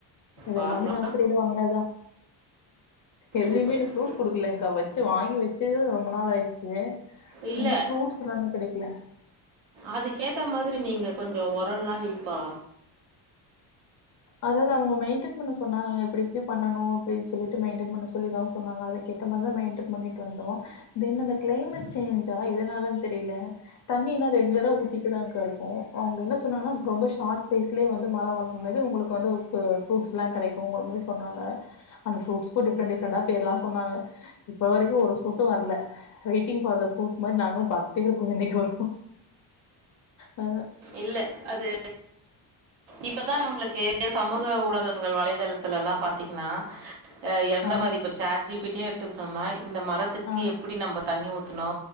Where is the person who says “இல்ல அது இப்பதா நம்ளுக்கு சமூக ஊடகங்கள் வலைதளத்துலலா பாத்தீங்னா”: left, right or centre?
Right